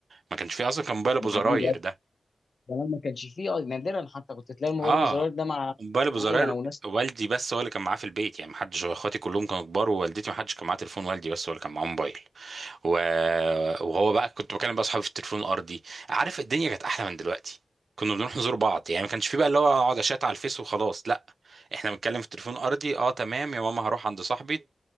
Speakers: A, on the right; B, on the left.
A: ما كانش فيه اصلا كان موبايل ابو
B: ده
A: زراير
B: حقيقي
A: ده
B: زمان ما كانش فيه آه، نادرا حتى كنت تلاقي الموبايل
A: اه
B: بزرار ده مع
A: موبايل ابو
B: معين
A: زراير
B: او ناس
A: والدي بس هو اللي كان معاه في البيت يعني ما حدش اخواتي كلهم كانوا كبار ووالدتي ما حدش كان معاه تليفون والدي بس هو اللي كان معاه موبايل و... وهو بقى كنت بكلم بقى اصحابي في التليفون الارضي عارف الدنيا كانت احلى من دلوقتي كنا بنروح نزور بعض يعني ما كانش في بقى اللي هو اقعد اشات على الفيس وخلاص لا احنا بنتكلم في التليفون الارضي اه تمام يا ماما هروح عند صاحبي